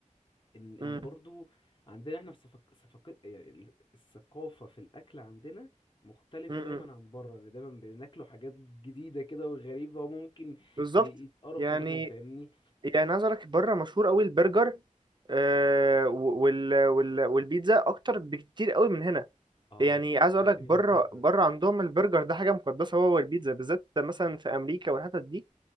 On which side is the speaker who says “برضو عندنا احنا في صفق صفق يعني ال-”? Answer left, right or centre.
Left